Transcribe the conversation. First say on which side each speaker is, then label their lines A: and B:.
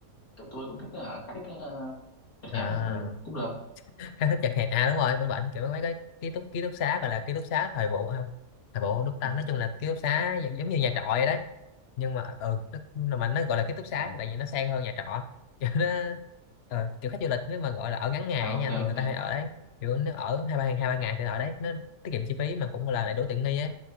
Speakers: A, on the left (about 80°); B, on the left (about 55°).
A: tụi tôi cũng thích ờ, khá thích ờ, đẹp
B: à
A: đẹp ấy, ừ, cũng được.
B: khá thích chật hẹp à đúng rồi bên bệnh kiểu mấy cái ký túc ký túc xá gọi là ký túc xá thời vụ không thời vụ Đức Tăng
A: Ừ.
B: nói chung là ký túc xá gi- giống như nhà trọ vậy đấy nhưng mà ừ nó, mà nó gọi là ký túc xá
A: À,
B: tại vì nó sang hơn nhà trọ <laughs> kiểu nó ờ, kiểu khách du lịch nếu mà gọi là ở ngắn ngày
A: à
B: á
A: ok
B: nha
A: ok.
B: thì người ta hay ở đấy kiểu nếu ở hai ba hai ba ngày thì ở đấy nó tiết kiệm chi phí mà cũng là lại đủ tiện nghi ấy